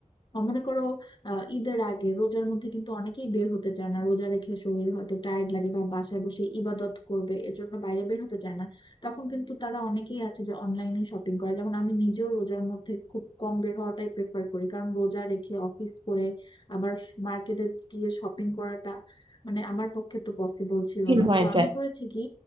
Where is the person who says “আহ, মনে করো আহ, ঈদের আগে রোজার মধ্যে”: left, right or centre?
Left